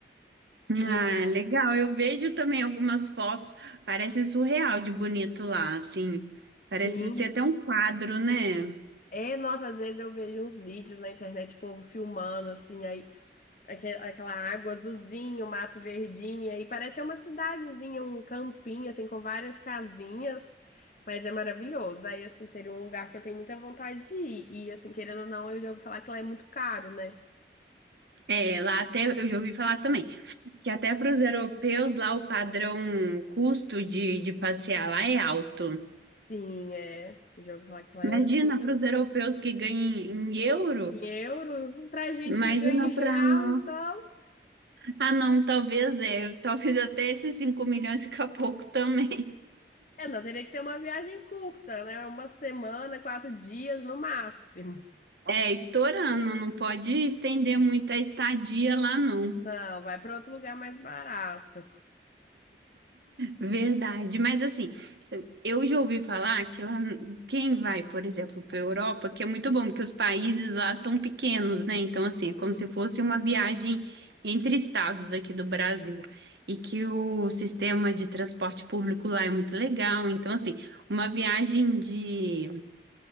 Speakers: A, on the right; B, on the left.
A: Ah,
B: E
A: legal. Eu vejo também algumas fotos, parece surreal de bonito lá, assim. Parece
B: assim,
A: ser até um quadro, né?
B: é, nossa, às vezes eu vejo uns vídeos na internet, o povo filmando, assim, aí. aque- aquela água azulzinha, o mato verdinho, e aí parece uma cidadezinha, um campinho, assim, com várias casinhas, mas é maravilhoso. Aí, assim, seria um lugar que eu tenho muita vontade de ir. E, assim, querendo ou não, eu já ouvi falar que lá é muito caro, né?
A: É, lá até eu já ouvi falar também que até para os europeus lá o padrão custo de, de passear lá é alto.
B: Sim, é. Eu já ouvi falar que lá é
A: Imagina
B: tudo é
A: para
B: muito-
A: os europeus que ganham em, em euro.
B: em euro. Pra gente
A: Imagina
B: que ganha em real,
A: para nós.
B: então.
A: Ah, não, talvez é, talvez até esses 5 milhões fica pouco também.
B: É, não, teria que ser uma viagem curta, né? Uma semana, quatro dias no máximo.
A: É, estourando, não pode estender muito a estadia lá, não.
B: Não, vai para outro lugar mais barato.
A: Verdade, mas assim, eu já ouvi falar que lá, quem vai, por exemplo, para a Europa, que é muito bom, porque os países lá são pequenos, né? Então, assim, é como
B: Uhum.
A: se fosse uma viagem entre estados aqui do Brasil. E que o sistema de transporte público lá é muito legal. Então, assim, uma viagem de,